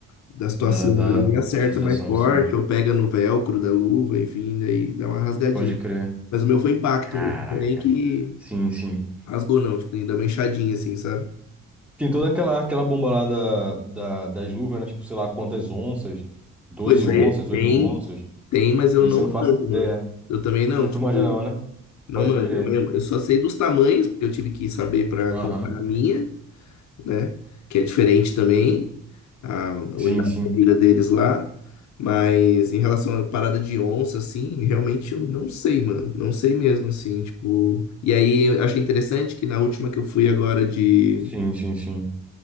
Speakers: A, on the left; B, in the centre.
A: da situação
B: Da, da,
A: ali, acerta
B: da situação,
A: mais forte,
B: sim.
A: ou pega no velcro da luva, enfim, daí dá uma rasgadinha.
B: Pode crer.
A: Mas o meu foi impacto
B: Caraca.
A: mesmo, não foi nem que
B: Sim, sim.
A: rasgou, não, tipo, nem dá uma inchadinha assim, sabe?
B: Tem toda aquela, aquela bomba lá da, da- das luvas, né? Tipo, sei lá quantas onças, 12
A: Pois
B: onças,
A: é, tem,
B: 8 onças.
A: tem, mas eu
B: Isso
A: não
B: eu não faço
A: manjo,
B: ideia.
A: mano. Eu também não,
B: Não tu
A: tipo,
B: manja não, né?
A: não
B: Pode
A: manjo
B: crer.
A: mesmo. Eu só sei dos tamanhos, porque eu tive que saber para
B: Aham.
A: comprar a minha, né? Que é diferente também, a unidade
B: Sim, sim.
A: de medida deles lá. Mas em relação à parada de onça, assim, realmente eu não sei, mano. Não sei mesmo, assim, tipo. E aí eu achei interessante que na última que eu fui agora de,
B: Sim, sim, sim.